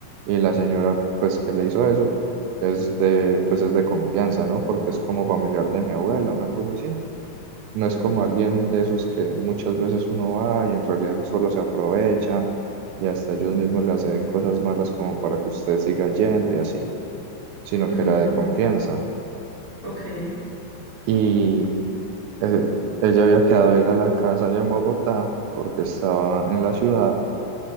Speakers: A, on the right (about 85°); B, on the left (about 85°).
A: y la señora pues que le hizo eso es de pues es de confianza, ¿no? Porque es como familiar de mi abuela, una cosa así. No es
B: Ujú,
A: como alguien de esos que muchas veces uno va y en realidad solo se aprovechan y hasta ellos mismos le hacen cosas malas como para que usted siga yendo y así, sino
B: ujú,
A: que era de confianza.
B: Ok. ¿Qué?
A: Y eh, ella había quedado de ir a la casa allá en Bogotá porque estaba en la ciudad